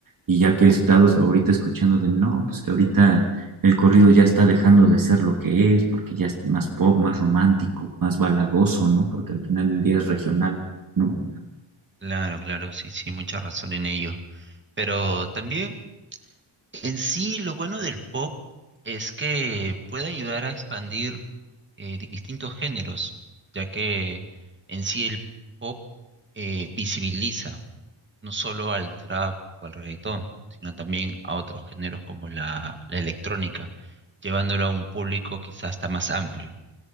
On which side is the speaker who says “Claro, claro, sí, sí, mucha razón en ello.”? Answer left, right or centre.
Right